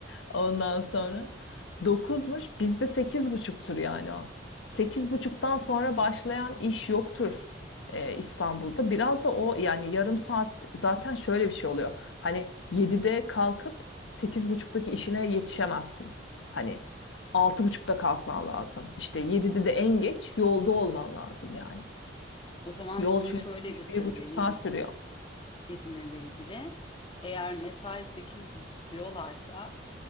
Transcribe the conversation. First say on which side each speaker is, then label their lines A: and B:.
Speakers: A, on the left; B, on the left.
A: Ondan sonra dokuzmuş, Bizde sekiz buçuktur yani o. Sekiz buçuktan sonra başlayan iş yoktur e, İstanbul'da. Biraz da o yani yarım saat zaten şöyle bir şey oluyor. Hani 7'de kalkıp sekiz buçuktaki işine yetişemezsin. Hani 6.30'da kalkman lazım. İşte 7'de de en geç yolda olman lazım yani.
B: O zaman
A: Yol
B: sana
A: çünkü
B: şöyle
A: bir,
B: bir sır
A: bir buçuk
B: vereyim
A: saat sürüyor.
B: İzmir'le ilgili. Eğer mesai 8 diyorlarsa